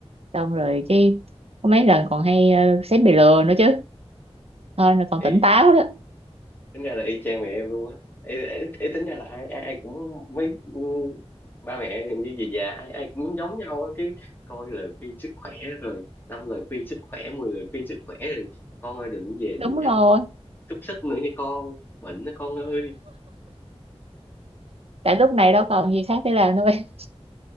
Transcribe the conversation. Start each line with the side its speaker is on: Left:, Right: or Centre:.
Right: xong rồi cái có mấy lần còn hay ờ, xém bị lừa nữa chứ thôi là còn
Left: y
Right: tỉnh táo đó
Left: tính ra là y chang mẹ em luôn á ấy, ấy, ấy tính ra là ai ai, ai cũng mấy ừ, ba mẹ như gì già ai ai cũng giống nhau á cứ coi lời khuyên sức khỏe rồi năm lời khuyên sức khỏe mười lời khuyên sức khỏe rồi con ơi đừng về
Right: đúng
Left: đừng
Right: rồi
Left: ăn xúc xích nữa nha con bệnh đó con ơi
Right: tại lúc này đâu còn gì khác để làm đâu em